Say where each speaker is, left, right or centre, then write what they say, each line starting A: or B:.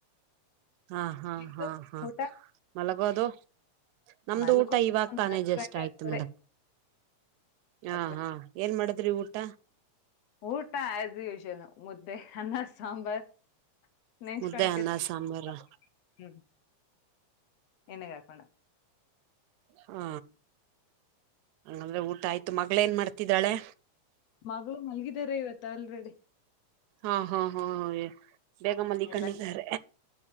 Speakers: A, on the right (about 80°); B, on the left (about 65°).
A: ಹಾ ಹಾ
B: ನಿಮ್ದು
A: ಹಾ ಹಾ
B: ಊಟ
A: ಮಲಗೋದು. ನಮ್ದು
B: ಮಲ್ಗೋ
A: ಊಟ ಇವಾಗ್
B: ಒಂದ್
A: ತಾನೇ
B: ಹತ್ತು
A: ಜಸ್ಟ್
B: ಗಂಟೆ
A: ಆಯ್ತು
B: ಹತ್ತುವರೆ
A: ಮೇಡಮ್. ಹಾ
B: ಹತ್ತು
A: ಹಾ ಏನ್ ಮಾಡದ್ರಿ ಊಟ.
B: ಊಟಾ ಹ್ಯಾಸ್ ಉಷನ್ನು ಮುದ್ದೆ ಅನ್ನ ಸಾಂಬರ್. ನೆಂಚ್ಕಣಕ್ಕೆ
A: ಮುದ್ದೆ ಅನ್ನ
B: ಸಂ
A: ಸಾಂಬಾರು
B: <unintelligible> ಹ್ಮ್. ಏನೆಗಕೋಣ.
A: ಹ್ಮ ಹಂಗಂದ್ರೆ ಊಟ ಆಯ್ತು ಮಗ್ಳ್ ಏನ್ ಮಾಡ್ತಿದ್ದಾಳೆ.
B: ಮಗಳು ಮಲ್ಗಿದಾರೆ ಇವತ್ ಆಲ್ರೆಡಿ.
A: ಹಾ ಹಾ ಹಾ ಹ ಬೇಗ ಮಲಿಕಂಡಿದ್ದಾರೆ.
B: ಎಲ್ಲ